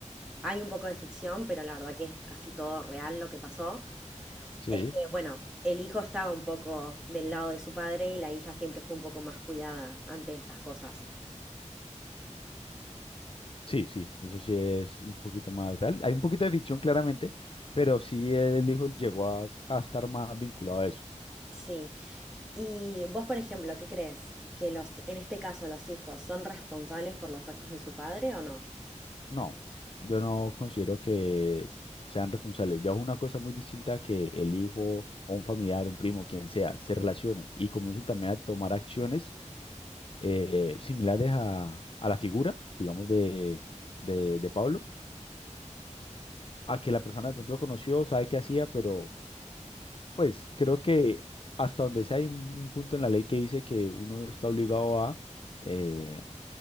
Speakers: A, in the centre; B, on the left.
A: hay un poco de ficción, pero la verdad que es casi todo real lo que pasó.
B: Sí,
A: Es que, bueno, el hijo estaba un poco del lado de su padre y la hija siempre fue un poco más cuidada ante estas cosas.
B: sí, sí, eso sí es un poquito más real. Hay un poquito de ficción claramente, pero sí el hijo llegó a, a estar más vinculado a eso.
A: Sí. Y vos, por ejemplo, ¿qué crees? ¿Que los, en este caso los hijos son responsables por los actos de su padre o no?
B: No, yo no considero que s- sean responsables. Ya es una cosa muy distinta que el hijo o un familiar, un primo, quien sea, se relacione y comience también a tomar acciones eh, similares a, a la figura, digamos, de, de, de Pablo, a que la persona de pronto lo conoció, sabe qué hacía, pero Pues creo que hasta donde sea hay un un punto en la ley que dice que uno está obligado a eh,